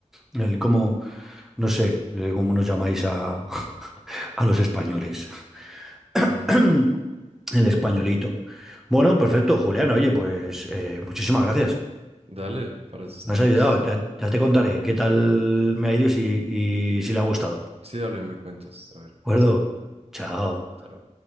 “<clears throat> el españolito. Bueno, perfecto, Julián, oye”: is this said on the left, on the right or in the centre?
Centre